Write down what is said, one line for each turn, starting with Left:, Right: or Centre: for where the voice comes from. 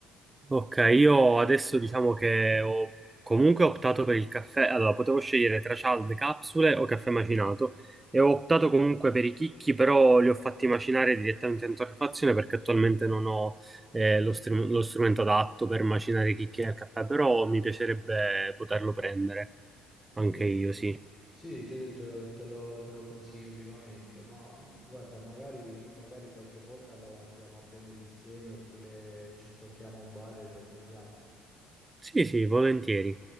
Right: Ok, io adesso diciamo che ho comunque optato per il caffè. Allora, potevo scegliere tra cialde, capsule o caffè macinato e ho optato comunque per i chicchi, però li ho fatti macinare direttamente in torrefazione perché attualmente non ho eh, lo, str- lo strumento adatto per macinare i chicchi nel caffè, però mi piacerebbe poterlo prendere anche
Left: Sì,
Right: io, sì.
Left: sì, ti ho detto, te lo, te lo consiglio vivamente, ma mm, guarda, magari, magari qualche volta lo andiamo a prendere insieme oppure ci incontriamo a un bar e lo prendiamo.
Right: Sì, sì, volentieri.